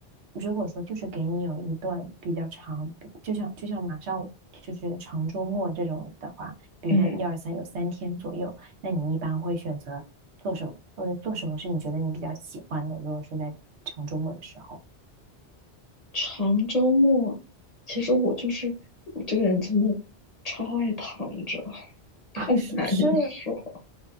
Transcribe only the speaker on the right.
如果说就是给你有一段比较长，就像就像马上就是长周末这种的话，比如像一二三有三天左右，
那你一般会选择做什么？呃，做什么是你觉得你比较喜欢的？如果是在长周末的时候
啊，
是不是？